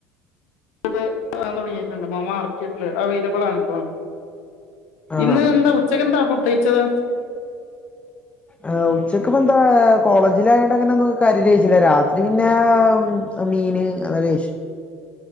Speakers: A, on the left; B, on the left.
A: ഇത് താൻ തുടങ്ങിയിട്ടുണ്ട മാർക്കറ്റില് അവൈലബിൾ ആണിപ്പോ
B: ആഹ്
A: ഇന്ന് എന്താ ഉച്ചക്ക്ന്താ ഫുഡയിച്ചത്
B: ആ ഉച്ചക്ക്പ്പോ എന്താ കോളേജിലായണ്ടങ്ങനെന്നൊ കാര്യയികയിച്ചില്ല രാത്രി പിന്നെ മീന് അതേഷം